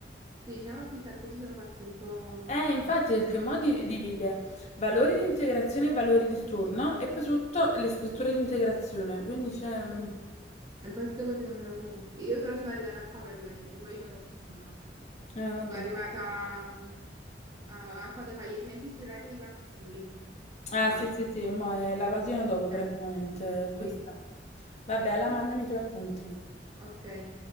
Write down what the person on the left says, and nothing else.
Eh, infatti, perché mo di- divide valori di integrazione e valori di storno e poi sotto le scritture di integrazione. Quindi c'è... mm,
Eh, vabbè.
Ah,
sì, sì, sì, mo è la pagina dopo praticamente
questa.
Vabbè, alla mandami i tuoi appunti.